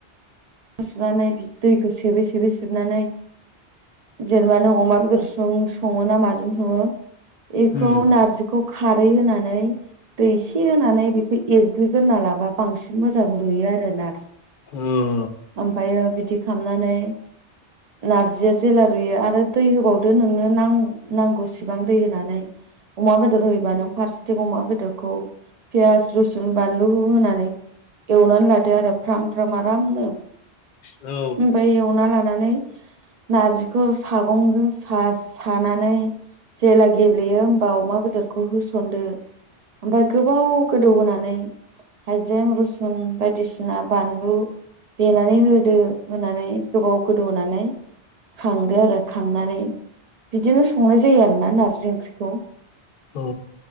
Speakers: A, on the right; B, on the left.
A: न' सुनानै दैखौ सेबोै सेबोै सेबनानै जेनबा नों अमा गुसुं सङो ना माजों सङो। एखौ
B: उम
A: नारजिखौ खारै होनानै दैसे होनानै बेखौ एरग्रिग्रोरना लाबा बांसिन मोजां रुयो आरोना
B: औ
A: ओमफायो बिदि दि खालामनानै नारजिया जेला रुयो आरो दै होबावदो नोंनो नां-नांगौसेबां दै होनानै अमा बेदर होयोबा नों फारसेथिं अमा बेदरखौ पियास रुसुन बानलु होनानै एवनानै लादो आरो फ्राम फ्राम आर रामनो
B: औ
A: ओमफाय एवना लानानै नारजिखौ सागंजों सा सानानै जेला गेब्लेयो होमबा अमा बेदरखौ होसनदो ओमफाय गोबाव गोदौ होनोनानै हाइजें रुसुन बायदिसिना बानलु देनानै होदो होनानै गोबाव गोदौ होनानै खांदो आरो खांनानै बिदिनो संनाय जायो आरोना नारजि ओंख्रिखौ
B: औ